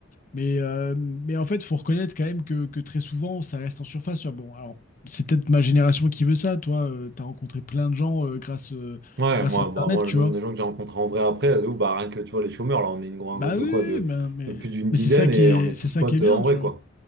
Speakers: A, on the left (about 40°); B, on the right (about 55°).
A: Mais, euh, mais en fait, il faut reconnaître quand même que, que très souvent, ça reste en surface. Ah, Bon, alors, c'est peut-être ma génération qui veut ça. Toi, euh, t'as rencontré plein de gens euh, grâce, euh,
B: Ouais,
A: grâce
B: moi,
A: à
B: bah,
A: Internet,
B: moi,
A: tu
B: le nombre
A: vois.
B: de gens que j'ai rencontrés en vrai après, euh, de ouf, bah, rien que tu vois, les chômeurs, là, on est une- un
A: Bah
B: groupe de
A: oui,
B: quoi? De,
A: oui, bah, mais,
B: de plus d'une dizaine
A: mais c'est ça qui
B: et
A: est,
B: on est
A: c'est
B: tous
A: ça
B: potes
A: qui est
B: euh,
A: bien,
B: en
A: tu
B: vrai,
A: vois.
B: quoi.